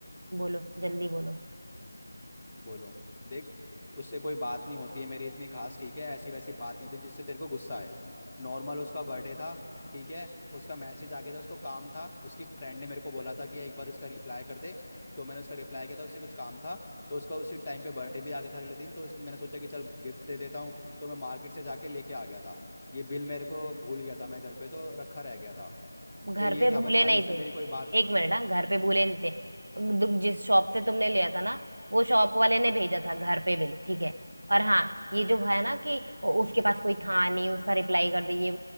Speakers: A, on the right (about 55°); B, in the centre.
A: बोलो जल्दी बोलो
B: बोलो देख उससे कोई बात नहीं होती है मेरी इतनी खास ठीक है ऐसी वैसी बात नहीं होती जिससे तेरे को गुस्सा है नॉर्मल उसका बर्थडे था ठीक है उसका मैसेज आ गया था उसको काम था उसकी फ्रेंड ने मेरे को बोला था कि एक बार उसका रिप्लाई कर दे तो मैंने उसका रिप्लाई किया था उससे कुछ काम था तो उसका उसी टाइम पे बर्थडे भी आ गया था अगले दिन तो इसलिए मैंने सोचा कि चल गिफ्ट दे देता हूँ तो मैं मार्केट से जाके लेके आ गया था ये बिल मेरे को भूल गया था मैं घर पे तो रखा रह गया था
A: घर
B: तो ये
A: पे
B: था
A: भूले
B: बस खाली
A: नहीं
B: उससे
A: थे
B: मेरी कोई बात
A: एक मिनट हाँ घर पे भूले नहीं थे दु- जिस शॉप से तुमने लिया था ना वो शॉप वाले ने भेजा था घर पे बिल ठीक है और हाँ ये जो है ना कि उसके पास कोई था नहीं उसका रिप्लाई कर दिए